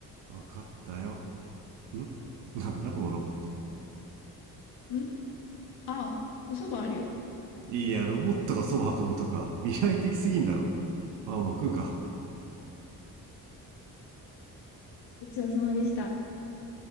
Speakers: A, on the right; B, on the left.
A: 分かったよんなんだこのロボット
B: んああ、おそばあるよ。
A: いやロボットがそば運ぶとか未来的すぎんだろまあまあ食うか
B: ごちそうさまでした。